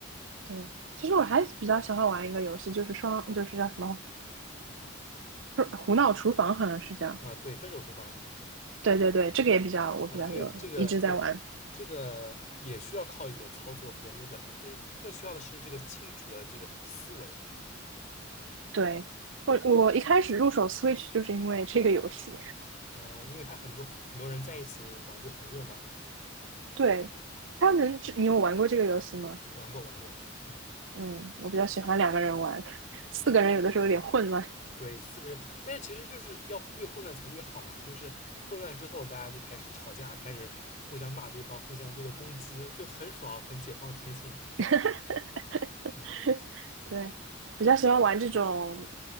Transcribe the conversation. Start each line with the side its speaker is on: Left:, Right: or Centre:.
Right: 对，其实我还比较喜欢玩一个游戏，就是双，就是叫什么？是胡闹厨房好像是叫，
Left: 啊。对，分手厨房
Right: 对对对，这个也比较我比较有一直在玩。
Left: 啊，这这个对，这个也需要靠一点操作和那个更更需要的是这个清楚的这个思维，
Right: 对，我我一开始入手 Switch 就是因为这个游戏。
Left: 啊，因为他很多很多人在一起玩就很热闹，
Right: 对，它能，这你有玩过这个游戏吗？
Left: 玩过玩过，嗯，
Right: 嗯，我比较喜欢两个人玩，四个人有的时候有点混乱。
Left: 对，四个人，但是其实就是要越混乱才越好啊，就是混乱之后大家就开始吵架，开始互相骂对方，互相这个攻击，就很爽，很解放天性啊，
Right: <laughs>
Left: 嗯，
Right: 对，比较喜欢玩这种